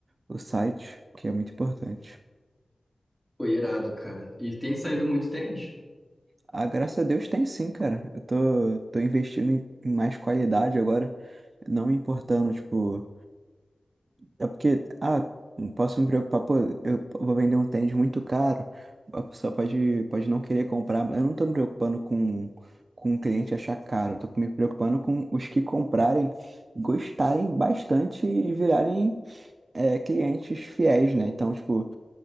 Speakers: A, on the right (about 55°); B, in the centre.
A: o site, que é muito importante.
B: Foi irado, cara. E tem saído muito tênis.
A: Ah, graças a Deus tem sim, cara. Eu tô, tô investindo em em mais qualidade agora, não me importando, tipo. É porque, ah, não posso me preocupar, pô, eu vou vender um tênis muito caro, a pessoa pode, pode não querer comprar. Eu não tô me preocupando com, com o cliente achar caro, eu tô me preocupando com os que comprarem, gostarem bastante e virarem, é, clientes fiéis, né? Então, tipo,